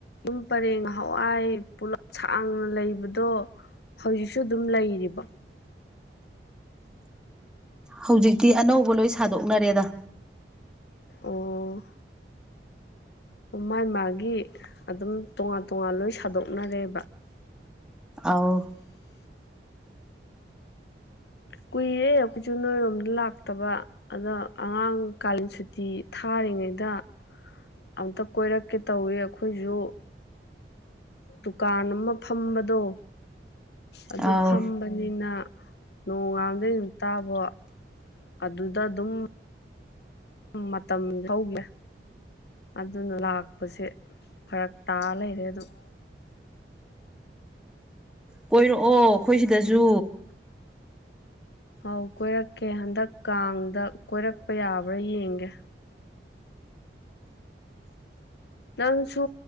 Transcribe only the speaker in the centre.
ꯍꯧꯖꯤꯛꯇꯤ ꯑꯅꯧꯕ ꯂꯣꯏ ꯁꯥꯗꯣꯛꯅꯔꯦꯗ
ꯑꯥꯎ
ꯑꯧ
ꯀꯣꯏꯔꯛꯑꯣ ꯑꯩꯈꯣꯏ ꯁꯤꯗꯁꯨ